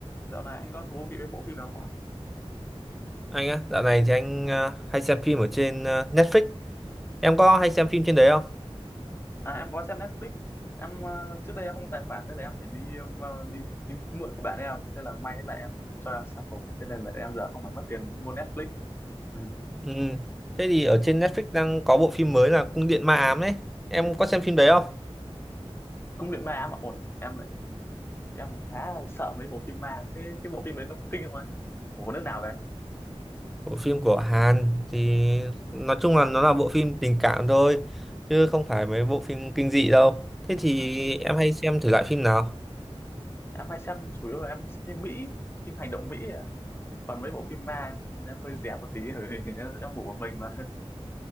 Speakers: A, on the left; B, in the centre.
A: Dạo này anh có thú vị với bộ phim nào không ạ?
B: Anh á, dạo này thì anh ờ, hay xem phim ở trên ờ, Netflix. Em có hay xem phim trên đấy không?
A: À em có xem Netflix. Em ờ, trước đây em không có tài khoản nên là em phải đi em, ờ, đi đi mượn của bạn em, thế là may bạn em cho em xem cùng, thế nên là em giờ không phải mất tiền mua Netflix. Ừ.
B: Ừ. Thế thì ở trên Netflix đang có bộ phim mới là Cung điện ma ám đấy. Em có xem phim đấy không?
A: Cung điện ma mà ôi, em lại em khá sợ mấy bộ phim ma, Thế cái bộ phim đấy nó có kinh không anh? Bộ nước nào vậy? anh?
B: Bộ phim của Hàn thì nói chung là nó là bộ phim tình cảm thôi, chứ không phải mấy bộ phim kinh dị đâu. Thế thì
A: À, t-
B: em hay xem thử lại phim nào?
A: em hay xem chủ yếu là em xem phim Mỹ, phim hành động Mỹ. ạ. Còn mấy bộ phim ma em, em hơi rén một tí rồi <laughs> em ngủ một mình mà. <laughs>